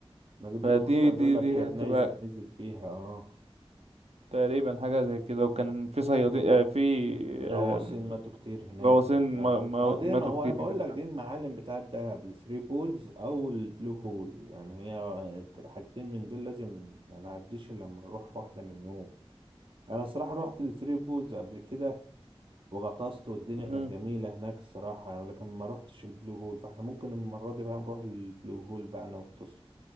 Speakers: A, on the right; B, on the right.
A: ما دي البلو
B: فدي
A: هول كان
B: دي
A: بيقول لك
B: دي
A: كانت
B: هتبقى
A: نيزك نزل فيها اه
B: تقريبا حاجه زي كده وكان في صيادين آه في
A: غواصين
B: آم،
A: ماتوا كتير هناك
B: غواصين
A: وبتاع
B: ما- ما-
A: اه دي
B: ماتوا
A: ما هو
B: كتير
A: انا بقول
B: هناك
A: لك دي المعالم بتاعة دهب الثري بولز او البلو هول يعني هي حاجتين من دول لازم ما نعديش إلا لما نروح واحدة منهم انا صراحة رحت الثري بولز قبل كده وغطست والدنيا كانت
B: مم.
A: جميلة هناك الصراحة يعني لكن ما روحتش البلو هول فاحنا ممكن المرة دي بقى نروح البلو هول بقى نغطس